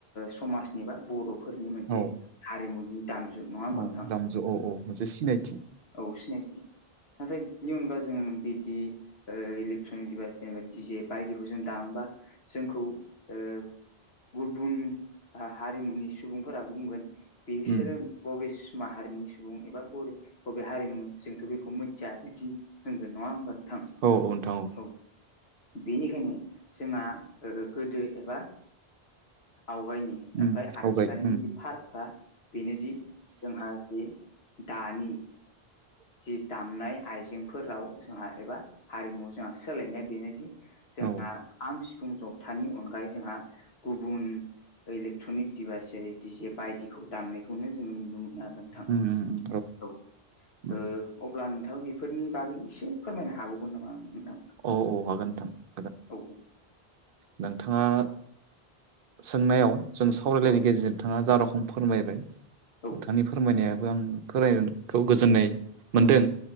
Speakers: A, on the left; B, on the right.
A: समाजनि बा बर'फोरनि मोनसे
B: औ
A: हारिमुनि दामजु नङा होनबा
B: औ
A: नोंथां?
B: औ औ मोनसे सिनायथि
A: औ सिनायथि नाथाइ बेनि अनगा बिदि ओ इलेक्ट्रनिक डिभाइस जेनेबा डि जे बायदिखौ जों दांमोबा जोंखौ ओ गुबुन हारिमुनि सुबुंफोराबो बुंगोन बिसोरो
B: उम
A: बबे माहारिनि सुबुं एबा बर' अबे हारिमुनि जोंथ' बेखौ मिथिया बिब्दि होनगोन नङा होनबा नोंथां?
B: औ औ नोंथां
A: औ बेनिखायनो जोंहा गोदो एबा आवगायनि
B: उम
A: आमफ्राय आथिखालनि
B: आवगाय उम उम
A: जि फारागा बेनोदि जोंहा जे दानि
B: <unintelligible>
A: जि दामनाय आइजेंफोराव जोंहा एबा हारिमु जोंहा सोलायनाया बेनो जे जोंहा
B: औ
A: खाम सिफुं जथानि अनगायै जोंहा गुबुन इलेक्ट्रनिक डिभाइस जेरै डिजे बायदिखौ दामनायखौनो जोङो नुनो मोनो आरो नोंथां
B: उम उम उम
A: औ
B: उम
A: ओ अब्ला नोंथां बेफोरनि बागै एसे फोरमायनो हागौमोन नामा नोंथां?
B: औ औ हागोन नोंथां
A: औ
B: नोंथांआ सोंनायाव जों सावरायलायनायनि
A: औ
B: गेजेरजों नोंथांआ जा रखम फोरमायबाय‌
A: औ
B: नोंथांनि फोरमायनायाबो आं खोना खौ गोजोननाय मोनदों